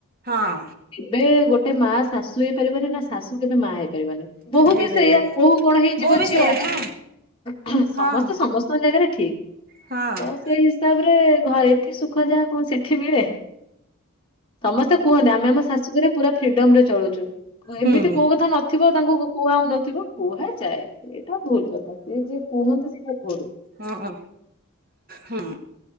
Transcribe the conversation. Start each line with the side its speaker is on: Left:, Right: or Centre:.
Right: ହଁ।
Left: କେବେ ଗୋଟେ ମା ଶାଶୁ ହେଇପାରିବନି ନା ଶାଶୁ କେବେ ମା ହେଇପାରିବନି ବୋହୁ
Right: ହେଇପାରିବନି
Left: ବି ସେଇଆ ବୋହୁ କଣ ହେଇ ଯିବ
Right: ବୋଉ ବି
Left: ଝିଅ
Right: ସେଇଆ
Left: ଏକସାଙ୍ଗେ
Right: ହଁ
Left: ହେଁ ସମସ୍ତେ
Right: ହଁ
Left: ସମସ୍ତଙ୍କ ଜାଗାରେ ଠିକ୍
Right: ହଁ
Left: ତ ସେଇ ହିସାବରେ ଘ ଏଠି ସୁଖ ଯାହା କଣ ସେଠି ମିଳେ? ସମସ୍ତେ କୁହନ୍ତି ଆମେ ଆମ ଶାଶୁଘରେ ପୁରା ଫ୍ରିଡମ ରେ ଚଳୁଚୁ କୁହ ହେମିତି
Right: ହଁ
Left: କୋଉ କଥା ନ ଥିବ ତାଙ୍କୁ କୁ କୁ କୁହା ହଉ ନଥିବ କୁହାଯାଏ ସେଇଟା ଭୁଲ କଥା ସେ ଯିଏ କୁହନ୍ତି ସେଇଟା ଭୁଲ।
Right: ହଁ ହୁଁ।